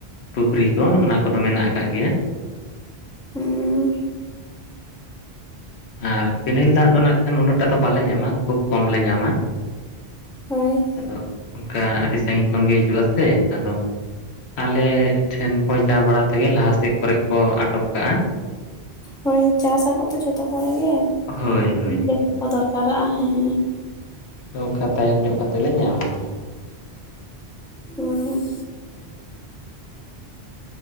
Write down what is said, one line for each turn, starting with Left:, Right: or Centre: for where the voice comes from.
Left: ᱯᱩᱠᱷᱨᱤ ᱠᱚ ᱚᱱᱟ ᱠᱚᱫᱚ ᱢᱮᱱᱟᱜ ᱟᱠᱟᱫ ᱜᱮᱭᱟ ᱾
Centre: ᱦᱩᱸ
Left: ᱟᱨ ᱠᱮᱱᱮᱞ ᱫᱟᱜ ᱫᱚ ᱱᱟᱜ ᱠᱷᱟᱱ ᱩᱱᱟᱹᱜᱴᱟ ᱫᱚ ᱵᱟᱞᱮ ᱧᱟᱢᱟ ᱠᱷᱩᱵ ᱠᱚᱢ ᱞᱮ ᱧᱟᱢᱟ ᱾
Centre: ᱦᱳᱭ
Left: ᱟᱫᱚ ᱚᱱᱠᱟ ᱟᱹᱰᱤ ᱥᱟᱺᱜᱤᱧ ᱠᱷᱚᱱ ᱜᱮ ᱦᱤᱡᱩᱜᱼᱟ ᱥᱮ, ᱟᱫᱚ ᱟᱞᱮ ᱴᱷᱮᱱ ᱯᱳᱶᱪᱷᱟᱣ ᱵᱟᱲᱟ ᱛᱮᱜᱮ ᱞᱟᱦᱟᱥᱮᱫ ᱠᱚᱨᱮ ᱠᱚ ᱟᱴᱚᱠ ᱠᱟᱜᱼᱟ ᱾
Centre: ᱦᱳᱭ ᱪᱟᱥ ᱟᱠᱚ ᱛᱚ ᱡᱚᱛᱚ ᱦᱚᱲ ᱜᱮ ᱾
Left: ᱦᱳᱭ
Centre: <unintelligible>
Left: ᱦᱳᱭ᱾
Centre: ᱜᱮᱠᱚ ᱫᱚᱨᱠᱟᱨᱟᱜᱼᱟ, ᱦᱮᱸ
Left: ᱱᱚᱝᱠᱟ ᱛᱟᱭᱚᱢ ᱧᱚᱜ ᱠᱟᱛᱮᱫ ᱞᱮ ᱧᱟᱢᱟ ᱾
Centre: ᱦᱚᱭ